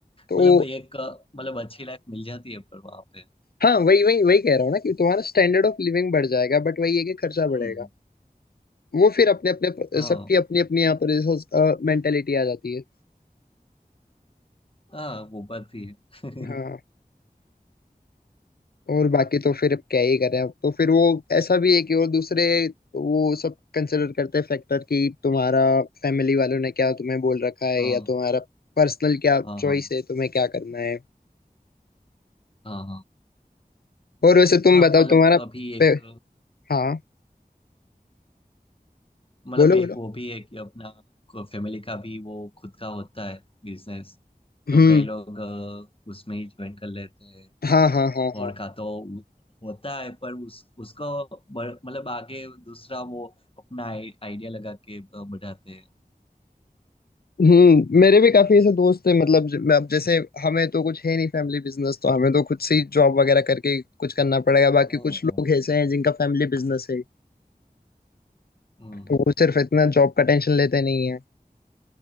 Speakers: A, on the left (about 75°); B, on the left (about 35°).
A: तो
B: मतलब एक अ, मतलब अच्छी लाइफ मिल जाती है पर वहां पे
A: हाँ वही वही वही कह रहा हूँ ना कि तुम्हारा स्टैंडर्ड ऑफ लिविंग बढ़ जाएगा बट वही है कि खर्चा बढ़ेगा
B: हम्म
A: वो फिर अपने अपने
B: हाँ
A: सबकी अपनी अपनी यहाँ पर मेंटेलिटी आ जाती है
B: हाँ वो बात भी है
A: हाँ
B: <laughs>
A: और बाकी तो फिर अब क्या ही करें अब तो फिर वो ऐसा भी है कि और दूसरे वो सब कंसिडर करते हैं फैक्टर कि तुम्हारा फैमिली वालों ने क्या तुम्हें बोल रखा है
B: हाँ
A: या तुम्हारा पर्सनल क्या
B: हाँ
A: चॉइस
B: हाँ
A: है तुम्हें क्या करना है
B: हाँ हाँ
A: और वैसे तुम
B: हाँ
A: बताओ
B: मतलब
A: तुम्हारा
B: अभी
A: पे...
B: एक
A: हाँ
B: मतलब
A: बोलो
B: एक
A: बोलो
B: वो भी है कि अपना फैमिली का भी वो खुद का होता है बिजनेस
A: हम्म
B: तो कई लोग अ, उसमें ही ज्वाइन कर लेते हैं
A: हाँ हाँ हाँ हाँ
B: और का तो उ- होता है पर उस उसको बर- मतलब आगे दूसरा वो अपना आइडिया लगा के अ, बढ़ाते हैं
A: हम्म मेरे भी काफी ऐसे दोस्त हैं मतलब ज- अब जैसे हमें तो कुछ है नहीं फैमिली बिजनेस तो हमें तो खुद से ही जॉब वगैरह करके कुछ करना पड़ेगा बाकी
B: हाँ
A: कुछ लोग ऐसे हैं जिनका फैमिली बिजनेस है
B: हम्म,
A: तो वो सिर्फ इतना जॉब का टेंशन लेते नहीं है